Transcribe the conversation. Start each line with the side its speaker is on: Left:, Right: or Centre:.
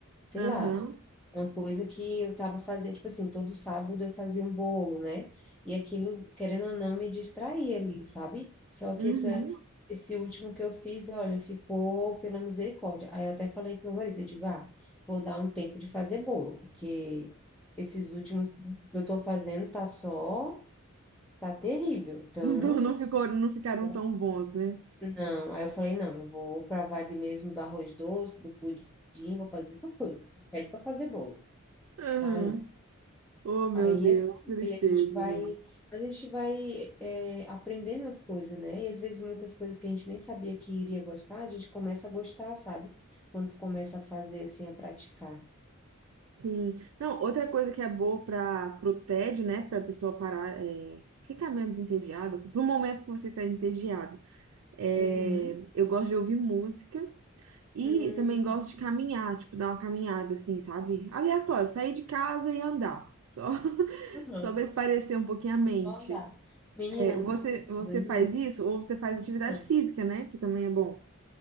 Centre: Sei
Right: Aham.
Centre: lá, uma coisa que eu tava fazendo, tipo assim, todo sábado eu fazia um bolo, né? E aquilo, querendo ou não, me distraía ali, sabe? Só que
Right: Uhum.
Centre: essa, esse último que eu fiz, olha, ficou pela misericórdia. Aí eu até falei pro meu marido, eu digo, ah, vou dar um tempo de fazer bolo, porque esses últimos que eu tô fazendo tá só, tá terrível. Então,
Right: Então não ficou, não ficaram
Centre: vou-
Right: tão bons, né?
Centre: não. Aí eu falei, não, eu vou pra vibe mesmo do arroz doce, do pudim, vou fazer outra coisa. Me Pede pra fazer bolo.
Right: Aham.
Centre: Ah, não.
Right: Oh, meu
Centre: Aí
Right: Deus,
Centre: assim,
Right: que tristeza,
Centre: aí a gente vai,
Right: gente.
Centre: a gente vai é, aprendendo as coisas, né? E às vezes muitas coisas que a gente nem sabia que iria gostar, a gente começa a gostar, sabe? Quando tu começa a fazer assim, a praticar.
Right: Sim. Não, outra coisa que é boa para pro tédio, né? Pra pessoa parar, é, ficar menos entediada, assim, pro momento que você tá entediado. É,
Centre: Uhum.
Right: eu gosto de ouvir música e
Centre: Hum.
Right: também gosto de caminhar, tipo, dar uma caminhada, assim, sabe? Aleatório, sair de casa e andar. Só, <laughs>
Centre: Uhum.
Right: só pra espairecer um pouquinho a mente.
Centre: Só andar. Menina,
Right: É, você,
Centre: tu tá
Right: você
Centre: falando
Right: faz
Centre: nisso?
Right: isso ou você faz atividade
Centre: Não,
Right: física, né? Que também é bom.
Centre: tá.